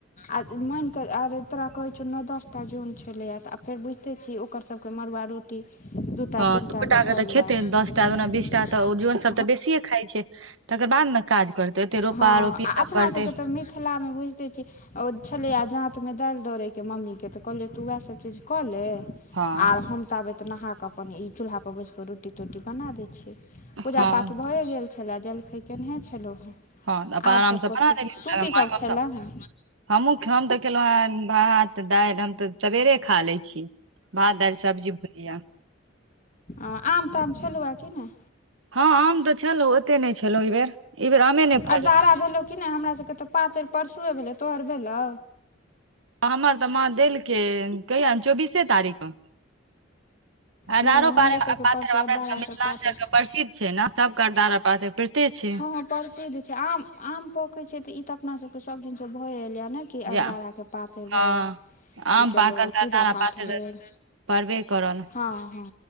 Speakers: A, on the left; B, on the right.
A: आ मान के आर तोरा कहैत छौ नओ दस टा जोन छलैए आ फेर बुझिते छी कतह क मड़ुआ रोटी दूटा
B: हँ
A: तीनटा
B: दूटा
A: क सभ
B: के तऽ खेते
A: लए कऽ
B: दस टा
A: खेतय
B: ओना बीस टा तऽ जन सब तऽ बेसिय खाइ छै तकर बाद ने काज करतै ओते रोपा
A: हँ
B: रोपी
A: आ
B: सभ
A: अपनासभके
B: करतै
A: तऽ मिथिलामे बुझिते छी ओ छलै आ जाँतमे दालि दौड़यके मम्मीकेँ तऽ कहलियै तू उएहसभ चीज कऽ ले आ
B: हँ
A: हम तऽ आबे तऽ नहाके अपन ई चूल्हा पर बसि क रोटी तोटी बना दैत छिय पूजा
B: हँ
A: पाठ भए गेल छलाह जलखैय केनहे छलहुँ हेँ
B: हँ अपन आराम
A: आर सभ
B: सँ बना
A: कथु
B: लेलि
A: तू कीसभ खेलए हेँ
B: हमूँ हम तऽ खेलहुँ हेँ भात दालि हम तऽ सबेरे खा लै छी भात दालि सब्जी भुजिया
A: ओ आम ताम छलू कि नहि
B: हँ आम तऽ छलैह ओते नहि छलैह एहि बेर ई बेर आमे नहि फड़लै
A: अरदारा भेलौ कि नहि हमरा सभके तऽ पातरि परसुए भेलै तोहर भेलौ
B: हमर तऽ माँ देलकै कहिय चौबीसे तारीखके अरदारो
A: नहि हमरो
B: पातर
A: सबके परसू अरदाराके
B: अपना सब के मिथिलांचल
A: पात अछि
B: के प्रसिद्ध छै ने सब के अरदार पातर परिते छै
A: हँ प्रसिद्ध छै आम आम पकै छै ते ई ते अपना सभके सभ दिन स भए ऐलय ये ने की
B: जे
A: अरदराके पातरि
B: हँ
A: भेल की
B: आम
A: कैलहु
B: पाकल तऽ
A: पूजा-पाठ
B: अरदारा पातरि
A: भेल।
B: पड़बे करल
A: हँ हँ